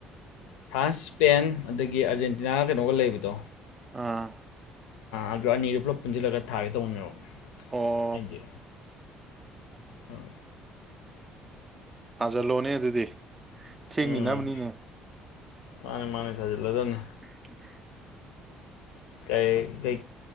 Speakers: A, on the left; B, on the right.
A: ꯐ꯭ꯔꯥꯟꯁ ꯁ꯭ꯄꯦꯟ ꯑꯗꯒꯤ ꯑꯥꯔꯖꯦꯟꯇꯤꯅꯥꯒ ꯀꯩꯅꯣꯒ ꯂꯩꯕꯗꯣ
B: ꯑꯥ
A: ꯑꯗꯨ ꯑꯅꯤꯗꯨ ꯄꯨꯂꯞ ꯄꯨꯟꯁꯤꯜꯂꯒ ꯊꯥꯒꯦ ꯇꯧꯕꯟꯅꯕ
B: ꯑꯣ
A: ꯍꯥꯏꯗꯤ ꯎꯝ
B: ꯊꯥꯖꯜꯂꯣꯅꯦ ꯑꯗꯨꯗꯤ ꯊꯦꯡꯈꯤꯅꯕꯅꯤꯅꯦ
A: ꯎꯝ ꯃꯥꯅꯤ ꯃꯥꯅꯤ ꯊꯥꯖꯤꯜꯂꯗꯅꯤ
B: <unintelligible>
A: ꯀꯩ